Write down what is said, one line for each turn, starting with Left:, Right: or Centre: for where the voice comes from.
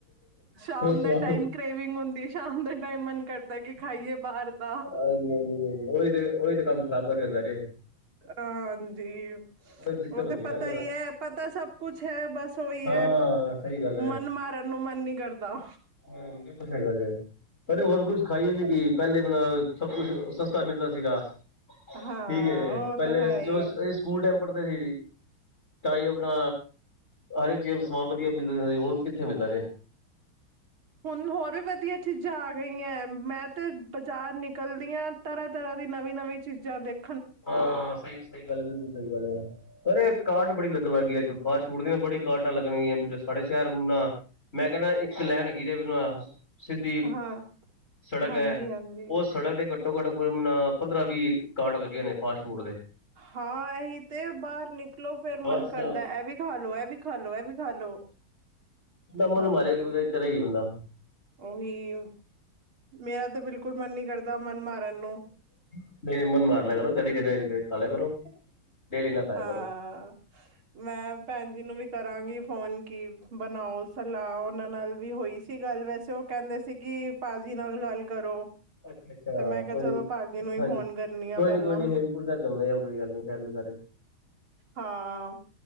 Right: ਸ਼ਾਮ
Left: ਇਸ
Right: ਦੇ
Left: ਵਾਸਤੇ
Right: ਟਾਈਮ ਕਰੇਵਿੰਗ ਹੁੰਦੀ। ਸ਼ਾਮ ਦੇ ਟਾਈਮ ਮਨ ਕਰਦਾ ਕਿ ਖਾਈਏ ਬਾਹਰ ਦਾ।
Left: ਹਾਂਜੀ ਹਾਂਜੀ ਨਹੀਂ ਉਹੀ ਤੇ ਉਹੀ ਤੇ ਕੰਮ ਖ਼ਰਾਬ ਕਰਿਆ ਜਾ ਰਿਹਾ।
Right: ਹਾਂਜੀ,
Left: ਦਿੱਕਤ
Right: ਉਹ
Left: ਹੁੰਦੀ
Right: ਤੇ ਪਤਾ
Left: ਨਾ ਜਿਆਦਾ
Right: ਈ ਏ। ਪਤਾ ਸਭ ਕੁੱਛ ਹੈ, ਬਸ ਉਹੀ
Left: ਹਾਂ
Right: ਹੈ,
Left: ਸਹੀ ਗੱਲ
Right: ਮਨ ਮਾਰਨ ਨੂੰ ਮਨ ਨੀ ਕਰਦਾ
Left: ਹ ਵੀ ਕੁ ਸਾਈ ਗੱਲ ਪਰ ਹੋਰ ਕੁਛ ਖਾਈਏ ਵੀ ਕੀ ਪਹਿਲੇ ਬਨਾਂ ਸਭ ਕੁਛ ਸਸਤਾ ਮਿਲਦਾ ਸੀਗਾ।
Right: ਹਾਂ
Left: ਠੀਕ ਐ
Right: ਉਹ
Left: ਪੈਲੇ
Right: ਤੇ ਹੈ ਹੀ
Left: ਜੋ ਅ ਅਸੀਂ ਸਕੂਲ ਟੈਮ ਪੜਦੇ ਸੀ। ਤਾਂ ਹੀ ਆਪਣਾ ਹਰੇ ਚੀਜ਼ ਸਮਾਨ ਵਧੀਆ ਮਿਲਦਾ ਰਿ ਹੁਣ ਕਿੱਥੇ ਮਿਲਦਾ ਰਿਹਾ।
Right: ਹੁਣ ਹੋਰ ਵੀ ਵਧੀਆ। ਚੀਜ਼ਾਂ ਆ ਗਈਆਂ। ਮੈਂ ਤੇ ਬਜ਼ਾਰ ਨਿਕਲਦੀ ਆਂ ਤਰਾਂ-ਤਰਾਂ ਦੀ ਨਵੀਂ-ਨਵੀਂ ਚੀਜ਼ਾਂ ਦੇਖ
Left: ਹਾਂ, ਸਹੀ ਸਹੀ ਗੱਲ ਬਿਲਕੁਲ ਸਹੀ ਗੱਲ ਹੈ। ਅਰੇ ਕਾਰਟ ਬੜੀ ਲੱਗਣ ਲੱਗਈ ਅੱਜ ਕੱਲ ਫਾਟ ਫੂਡ ਦੀਆਂ ਬੜੀਆਂ ਕਾਰਾਟਾਂ ਲੱਗਣਗੀਆਂ ਜ ਸਾਡੇ ਸ਼ਹਿਰ ਨਾਲ ਮੈਂ ਕੈਣਾ ਇੱਕ ਲੈਨ ਗਿਰੇ ਬਿਨਾਂ, ਸਿੱਦੀ
Right: ਹਾਂ
Left: ਸੜਕ
Right: ਹਾਂਜੀ
Left: ਐ,
Right: ਹਾਂਜੀ
Left: ਓ ਸੜਕ ਦੇ ਘੱਟੋ- ਘੱਟ ਪੰਦਰਾਂ- ਵੀਹ ਕਾਰਟ ਲੱਗੇ ਹੋ ਨੇ ਫਾਸਟ ਫੂਡ ਦੇ
Right: ਹਾਂ ਇਹੀ ਤੇ ਬਾਹਰ ਨਿਕਲੋ ਫੇਰ
Left: ਬਸ
Right: ਮਨ ਕਰਦਾ ਇਹ ਵੀ ਖਾ ਲੋੋ ਇਹ ਵੀ ਖਾ ਲੋੋ ਇਹ ਵੀ ਖ ਲੋ
Left: ਦਾਮਨ
Right: ਹਾਂਜੀ
Left: <unintelligible> ਮਾਰਿਆ ਕਰੇਗੀ ਬੰਦਾ
Right: ਉਹੀ ਮੇਰਾ ਤਾਂ ਬਿਲਕੁਲ ਮਨ ਨੀ ਕਰਦਾ ਮਨ ਮਾਰਨ ਨੂੰ
Left: ਨਹੀਂ ਨਹੀਂ ਮਨ ਮਾਰ ਲਿਆ ਕਰੋ ਕਦੇ ਕਦੇ ਖਾ ਲਿਆ ਕਰੋ ਡੇਲੀ ਨਾ ਖਾਇਆ
Right: ਹਾਂ
Left: ਕਰੋ
Right: ਮੈਂ ਭੈਣ ਜੀ ਨੂੰ ਵੀ ਕਰਾਂਗੀ ਫੋਨ ਕੀ ਬਣਾਓ ਸਲਾਹ ਉਨਾਂ ਨਾਲ ਵੀ ਹੋਈ ਸੀ ਗੱਲ ਵੈਸੇ। ਉਹ ਕੈਂਦੇ ਸੀ ਕਿ ਭਾਜੀ ਨਾਲ ਗੱਲ ਕਰੋ।
Left: ਅੱਛਾ ਅੱਛਾ
Right: ਤੇ ਮੈਂ ਕਿਹਾ
Left: ਕੋਈ
Right: ਚਲੋ ਭਾਜੀ ਨੂੰ ਹੀ
Left: ਹਾਂਜੀ
Right: ਫੋਨ ਕਰਨੀ ਆ
Left: ਕੋਈ
Right: ਪਹਿਲਾਂ
Left: ਨੀ ਕੋਈ ਨੀ ਹੇਮਕੁੰਟ ਸਾਹਿਬ ਚੱਲਦੇ ਆ ਕੋਈ ਗੱਲ ਨੀ ਫੈਮਲੀ ਸਾਰੇ
Right: ਹਾਂ,